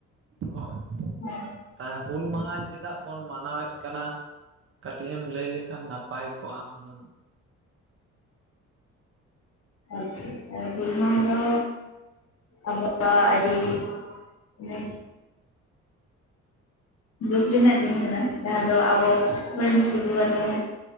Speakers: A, on the right; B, on the left.
A: ᱠᱷᱚᱡ
B: ᱦᱮᱸ
A: ᱮᱸ ᱦᱩᱞ ᱢᱟᱦᱟ ᱪᱮᱫᱟᱜ ᱵᱚᱱ ᱢᱟᱱᱟᱣᱮᱫ ᱠᱟᱱᱟ? ᱠᱟᱹᱴᱤᱡ ᱮᱢ ᱞᱟᱹᱭ ᱞᱮᱠᱷᱟᱱ ᱱᱟᱯᱟᱭ ᱠᱚᱜᱼᱟ᱾ ᱦᱩᱱᱟᱹᱝ
B: ᱟᱪᱪᱷᱟ ᱦᱩᱞ ᱢᱟᱦᱟ ᱫᱚ ᱟᱵᱚᱣᱟᱜ ᱟᱹᱰᱤ ᱱᱮᱸᱦ ᱫᱩᱠ ᱨᱮᱱᱟᱜ ᱫᱤᱱ ᱠᱟᱱᱟ ᱡᱟᱦᱟᱸ ᱫᱚ ᱟᱵᱚ ᱟᱵᱚᱨᱮᱱ ᱥᱤᱫᱷᱩᱠᱟᱱᱩ